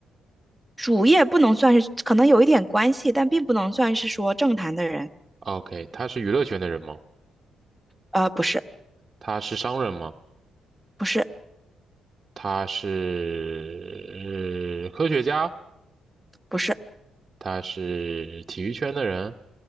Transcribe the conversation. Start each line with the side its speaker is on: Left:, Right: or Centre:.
Centre: 主业不能算是，可能有一点关系，但并不能算是说政坛的人，
Right: ？OK，他是娱乐圈的人吗？
Centre: 呃，不是，
Right: 他是商人吗？
Centre: 不是，
Right: 他是，呃科学家？
Centre: 不是，
Right: 他是体育圈的人？